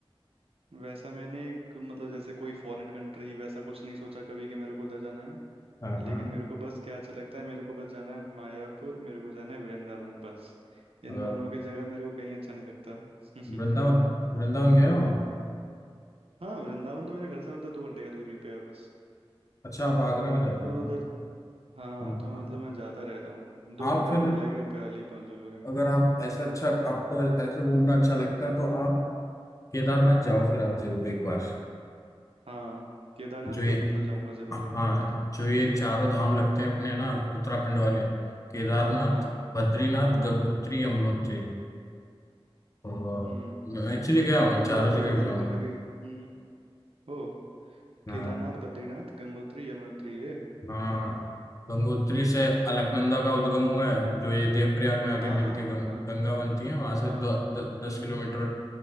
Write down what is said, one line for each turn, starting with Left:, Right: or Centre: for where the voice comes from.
Right: वैसा मैंने एक मतलब जैसे कोई फॉरेन कंट्री वैसा कुछ नहीं सोचा कभी कि मेरे को उधर जाना है
Left: हाँ
Right: लेकिन
Left: हाँ
Right: मेरे को बस क्या अच्छा लगता है मेरे को बस जाना है मायापुर मेरे को जाना है वृंदावन बस इन
Left: अ,
Right: दोनों की जगह मेरे को कहीं अच्छा नहीं लगता <laughs>
Left: वृंदावन वृंदावन गए हो आप?
Right: हाँ वृंदावन तो मेरे घर से मतलब दो घंटे का दूरी पे है बस
Left: अच्छा आप आगरा में रहते
Right: तो
Left: हो ना
Right: उधर हाँ
Left: हाँ हाँ।
Right: तो मतलब
Left: हाँ।
Right: मैं जाता रहता हूँ दो
Left: आप
Right: घंटा
Left: फिर
Right: भी नहीं लगेगा पहले ही पहुंच जाओगे
Left: अगर आप ऐसा अच्छा आपको ऐसे घूमना अच्छा लगता है तो आप केदारनाथ जाओ फिर आप जरूर एक बार
Right: हाँ केदारनाथ
Left: जो ये
Right: तो मतलब जाऊंगा जरूर
Left: हाँ
Right: जाऊंगा उधर तो
Left: जो ये चारों धाम
Right: हम्म
Left: लगते हैं अपने ना उत्तराखंड वाले केदारनाथ
Right: हाँ हाँ
Left: बद्रीनाथ
Right: हाँ
Left: गंगोत्री यमुनोत्री और
Right: हम्म
Left: मैं एक्चुअली गया हूँ
Right: और मैं
Left: चारों
Right: वो तो
Left: जगह
Right: बताने
Left: गया हूँ
Right: भूल गया
Left: मैं
Right: भी हम्म ओ
Left: हाँ
Right: केदारनाथ बद्रीनाथ गंगोत्री यमुनोत्री ये
Left: हाँ
Right: ओके
Left: गंगोत्री से अलकनंदा का उद्गम हुआ है जो ये देवप्रयाग में आके
Right: हाँ
Left: मिलके
Right: हाँ
Left: गंग,
Right: हाँ
Left: गंगा बनती है वहां से
Right: हाँ
Left: द, द,
Right: Hmm
Left: दस किलोमीटर